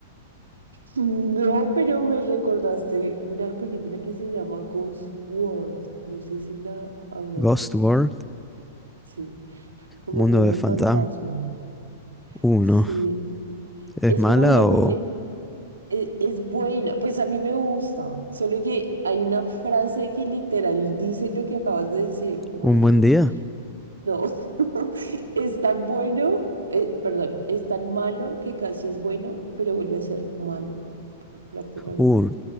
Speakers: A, on the right; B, in the centre.
A: Mm, No, pero me recordaste una película que se llama Ghost World. No sé si la habrás
B: Ghost
A: visto.
B: World,
A: Sí, como
B: Mundo
A: Mundo
B: de Fantasma.
A: Fantasma.
B: Uh,
A: Sí,
B: no. ¿Es
A: es
B: mala
A: como una
B: o
A: peli, e- es, buena, pues a mí me gusta. Solo que hay una frase que literal dice lo que acabas de decir, como
B: un
A: que
B: buen día?
A: no, <laughs> es tan bueno, eh, perdón, es tan malo que casi es bueno, pero vuelve a ser malo prácticamente.
B: Uh,